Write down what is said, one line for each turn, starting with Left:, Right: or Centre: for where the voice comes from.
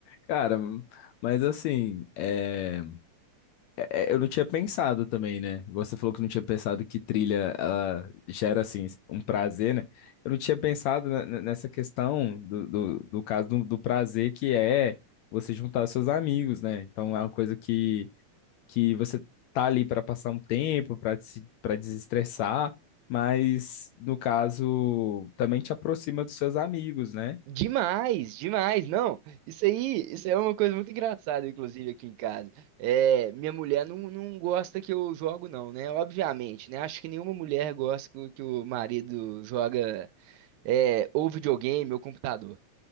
Left: Cara, mas assim, é. É, é, Eu não tinha pensado também, né? Você falou que não tinha pensado que trilha ela gera, assim, um prazer, né? Eu não tinha pensado ne- ne- nessa questão do, do, do caso do, do prazer que é você juntar seus amigos, né? Então é uma coisa que, que você tá ali para passar um tempo, para se, para desestressar, mas no caso também te aproxima dos seus amigos, né?
Right: Demais, demais. Não, isso aí, isso aí é uma coisa muito engraçada, inclusive, aqui em casa. É, minha mulher não, não gosta que eu jogo, não, né? Obviamente, né? Acho que nenhuma mulher gosta que, o que o marido joga é, ou videogame ou computador.